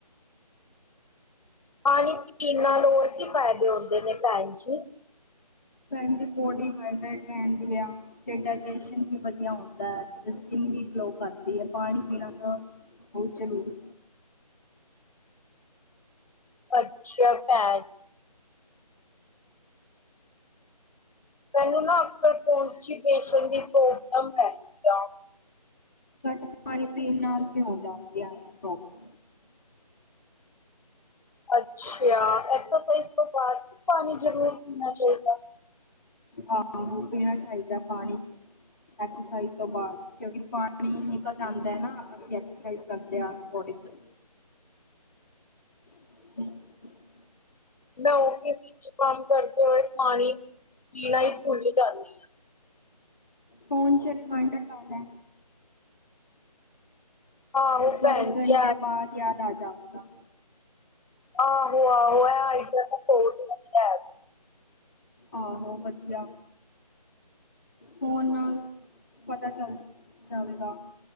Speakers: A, on the left; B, on the left.
A: ਪਾਨੀ ਪੀਨ ਨਾਲ ਹੋਰ ਕੀ ਫਾਇਦੇ ਹੁੰਦੇ ਨੇ ਪੈਣਜੀ
B: ਤੇ ਬੋਡੀ ਹਾਇਡਰੇਟ ਰਹਿੰਦੀ ਆ ਡਾਇਟਜੇਸ਼ਨ ਵੀ ਵਦੀਆ ਹੁੰਦਾ ਹੈ, ਸਕਿਨ ਵੀ ਗਲੋ ਕਰਦੀ ਹੈ ਪਾਨੀ ਪੀਨਾ ਤੋਂ ਪਹੁੰਚੇ ਨੀਗੇ
A: ਅੱਛਾ ਪੈਣ ਮੈਨੂੰ ਨਾ ਅਕਸਰ ਕੋਨਸ਼ੀਡੇਸ਼ਨ ਦੀ ਪ੍ਰੋਬਲਮ ਰਹਿੰਦੀ ਆ
B: ਪਾਨੀ-ਪੀਨ ਨਾਲ ਵੀ ਹੋ ਜਾਂਦੀ ਐ ਇਹ ਪ੍ਰੋਬਲਮ
A: ਅੱਛਾ ਐਕਸਰਸਾਈਜ਼ ਤੋਂ ਬਾਅਦ ਵੀ ਪਾਨੀ ਜ਼ਰੂਰ ਪੀਨਾ ਚਾਹੀਦਾ
B: ਆਹੋ ਪੀਨਾ ਚਾਹੀਦਾ ਪਾਨੀ ਐਕਸਰਸਾਈਜ਼ ਤੋਂ ਬਾਅਦ ਕਿਉਂਕਿ ਪਾਨੀ ਨਿਕਲ ਜਾਂਦਾ ਏ ਨਾ ਅਸੀਂ ਐਕਸਰਸਾਈਜ਼ ਕਰਦੇ ਹਾਂ, ਬੋਡੀ ਚੋ <unintelligible>
A: ਮੈਂ ਔਫਿਸ ਵਿੱਚ ਕੰਮ ਕਰਦੇ ਹੋਏ ਪਾਨੀ ਪੀਣਾ ਹੀ ਭੁੱਲ ਜਾਂਨੀ ਆ।
B: ਫੋਨ ਚ ਰੀਮਾਡਰ ਲੇ ਲੈ।
A: ਆਹੋ ਪੈਣ
B: ਹਰ ਇੱਕ ਘੰਟੇ
A: ਜੀ
B: ਬਾਅਦ ਯਾਦ ਆ ਜਾਵੇਗਾ
A: ਆਹੋ-ਆਹੋ, ਆ ਆਈਡੀਆ ਤਾ ਬਹੁਤ ਵਦੀਆ।
B: ਆਹੋ ਵਦੀਆ ਹੂਨ ਪਤਾ ਚੱਲ ਜਾਵੇਗਾ